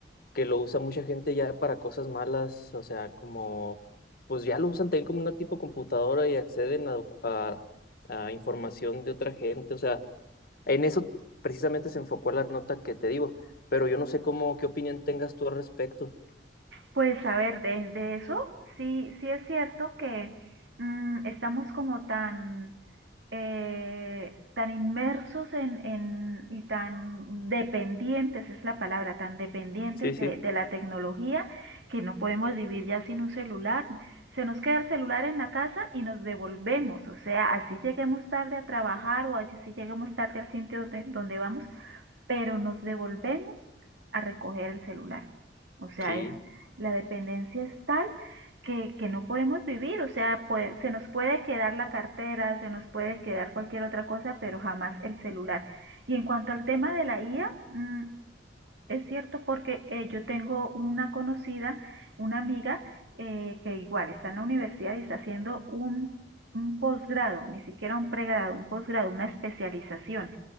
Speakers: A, on the left; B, on the right.
A: que lo usa mucha gente ya para cosas malas, o sea, como, pues ya lo usan también como una tipo computadora y acceden a, a, a información de otra gente, o sea, en eso precisamente se enfocó la nota que te digo, pero yo no sé cómo, qué opinión tengas tú al respecto.
B: Pues a ver, de, de eso sí, sí es cierto que mm, estamos como tan, eh, tan inmersos en, en- y tan dependientes, es la palabra, tan dependientes
A: Sí, sí,
B: de, de la tecnología que no podemos vivir ya sin un celular. Se nos queda el celular en la casa y nos devolvemos, o sea, así lleguemos tarde a trabajar o así lleguemos tarde al sitio donde donde vamos, pero nos devolvemos a recoger el celular. O sea,
A: sí.
B: es la dependencia es tal que, que no podemos vivir, o sea, puede- se nos puede quedar la cartera, se nos puede quedar cualquier otra cosa, pero jamás el celular. Y en cuanto al tema de la IA, mm, es cierto porque eh, yo tengo una conocida, una amiga, eh, que igual está en la universidad y está haciendo un, un posgrado, ni siquiera un pregrado, un posgrado, una especialización